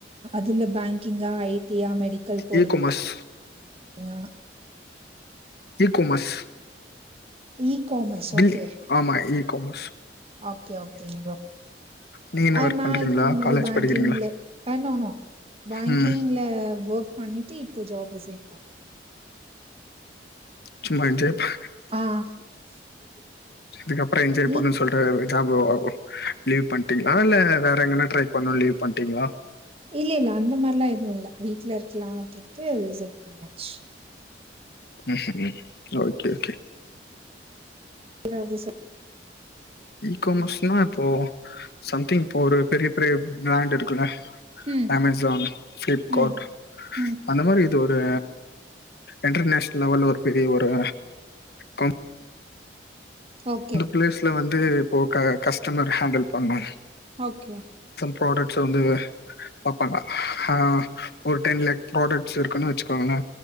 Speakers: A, on the right; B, on the left.
A: இதுல பேங்கிங்கா ஐ டியா மெடிக்கல் கோடிங்கா
B: இ காமர்ஸ் இகோமஸ்
A: இ காமர்ஸ்
B: பில்லி
A: ஓகே.
B: ஆமா இகாமஸ்
A: ஓகே ஓகேங் ப்ரோ
B: நீங்க என்ன
A: அ
B: ஒர்க்
A: நா
B: பண்றீங்களா
A: இதுக்கு முன்னாடி
B: காலேஜ்
A: பேங்கிங்ல
B: படிக்கிறீங்களா
A: அ நோ நோ பேங்கிங்ல
B: ம்
A: வெக் பண்ணிட்டு இப்போ ஜாப் ரிசைன் பண்
B: சும்மா நெஞ்சடைப்பு
A: ஆ. <unintelligible>
B: இதுக்கப்பறோ என்ஜாய் பண்ணுண்
A: இ
B: சொல்ட்டு ஜாப்பு ஒ லீவ் பண்ட்டீங்ளா இல்ல வேற எங்கன்னா ட்ரை பண்ணுனு லீவ் பண்ட்டீங்ளா
A: இல்ல, இல்ல அந்த மாரிலா எதுவு இல்ல வீட்ல இருக்கலா அப்டின்ட்டு ரிசைன் பண்ணியாச்சு
B: ம் ம் ஓகே ஓகே
A: எதாவ்து சொ
B: ஈகாமஸ்னா இப்போ சம்திங் இப்போ ஒரு பெரிய பெரிய பிராண்ட் இருக்குல
A: ம்,
B: அமேசான் ஃப்ளிப்காட்
A: ம், ம்.
B: அந்த மாரி இது வ ஒரு இன்டர்நேஷ்ன்ல் லெவல்ல ஒரு பெரிய ஒரு கம்
A: ஓகே,
B: இந்த ப்ளேஸ்ல வந்து இப்போ க கஸ்டமர் ஹேண்டில் பண்ணு
A: ஓகே
B: ப்ராடெக்ஸ்ஸ வந்து பாப்பாங்க அ ஒரு டென் லேக் ப்ராடெக் ஸ் இருக்குன்னு வெச்சுக்கோங்களே